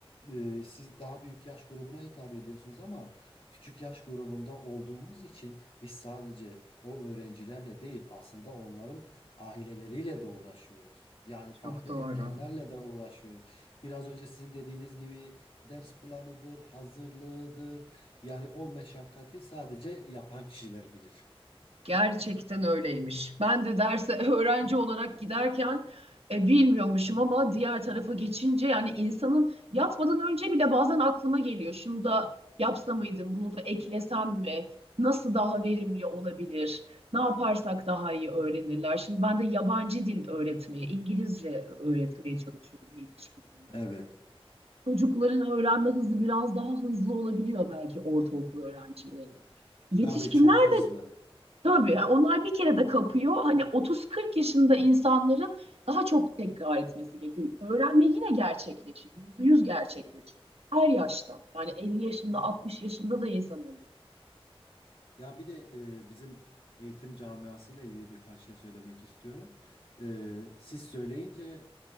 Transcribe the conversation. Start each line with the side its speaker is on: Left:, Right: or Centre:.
Left: e, siz daha büyük yaş grubuna hitap ediyorsunuz ama küçük yaş grubunda olduğumuz için biz sadece o öğrencilerle değil aslında onların aileleriyle de uğraşıyoruz. Yani farklı
Right: Çok doğru.
Left: etkenlerle de uğraşıyoruz. Biraz önce sizin dediğiniz gibi ders planıdır, hazırlığıdır. Yani o meşakkati sadece yapan kişiler bilir.
Right: Gerçekten öyleymiş. Ben de derse <laughs> öğrenci olarak giderken e, bilmiyormuşum ama diğer tarafa geçince yani insanın yatmadan önce bile bazen aklıma geliyor. Şunu da yapsa mıydım, bunu da eklesem mi? Nasıl daha verimli olabilir? Ne yaparsak daha iyi öğrenirler? Şimdi ben de yabancı dil öğretmeye, İngilizce öğretmeye çalışıyorum yetişkinlere.
Left: Evet.
Right: Çocukların öğrenme hızı biraz daha hızlı olabiliyor belki ortaokul öğrencilerinin. Yetişkinler
Left: Tabii çok hızlı.
Right: de Tabii yani onlar bir kere de kapıyor. Hani 30-40 yaşında insanların daha çok tekrar etmesi gerekiyor. Öğrenme yine gerçekleşir. yüzde yüz gerçekleşir. Her yaşta. Yani 50 yaşında,
Left: Ya
Right: 60 yaşında da insan öğreniyor.
Left: Ya bir de e, bizim eğitim camiasıyla ilgili birkaç şey söylemek istiyorum. E, siz söyleyince